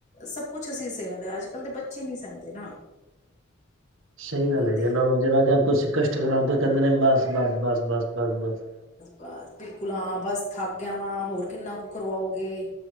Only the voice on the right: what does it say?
ਸਹੀ
ਗੱਲ ਐ,
ਜੇ ਐਨਾ ਕੋ ਜਰਾ ਜਾ ਕੁਛ ਕਸ਼ਟ ਕਰਾਦੋ ਕੈੰਦੇ ਨੇ ਬੱਸ ਬੱਸ ਬੱਸ ਬੱਸ। ਬੱਸ ਬੱਸ।